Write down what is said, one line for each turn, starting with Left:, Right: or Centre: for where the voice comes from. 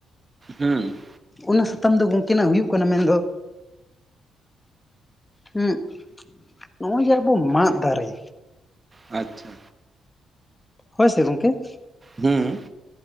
Right: ᱦᱩᱸ
Left: ᱚᱱᱟ ᱥᱟᱛᱟᱢ ᱫᱚ ᱜᱚᱝᱠᱮᱱᱟᱜ ᱦᱩᱭᱩᱜ ᱠᱟᱱᱟ, ᱢᱮᱱᱫᱚᱼᱼ ᱦᱩᱸᱜ ᱱᱚᱜ-ᱚᱭ ᱡᱮ ᱟᱵᱚ ᱢᱟᱫ ᱫᱟᱨᱮᱼᱼ
Right: ᱟᱪᱪᱷᱟ
Left: ᱦᱳᱭ ᱥᱮ ᱜᱚᱝᱠᱮᱼᱼ
Right: ᱦᱩᱸ